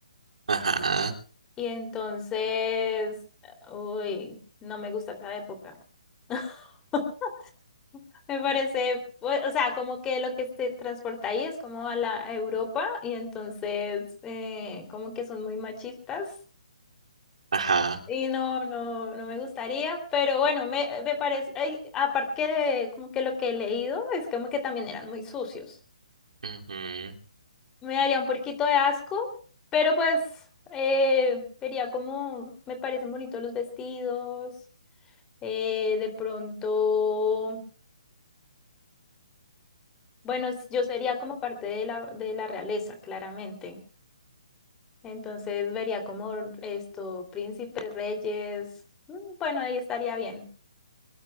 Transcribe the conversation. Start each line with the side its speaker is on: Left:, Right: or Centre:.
Right: Ajá,
Left: Y entonces, uy, no me gusta esa época. <laughs> Me parece, pues, o sea, como que lo que se transporta ahí es como a la a Europa y entonces eh, como que son muy machistas
Right: ajá.
Left: y no, no, no me gustaría, pero bueno, me, me parece, ay, aparte que como que lo que he leído es como que también eran muy sucios.
Right: ujú.
Left: Me daría un poquito de asco, pero pues eh, vería como me parecen bonitos los vestidos, eh, de pronto, bueno, yo sería como parte de la, de la realeza, claramente. Entonces vería como esto, príncipes, reyes. mm, Bueno, ahí estaría bien.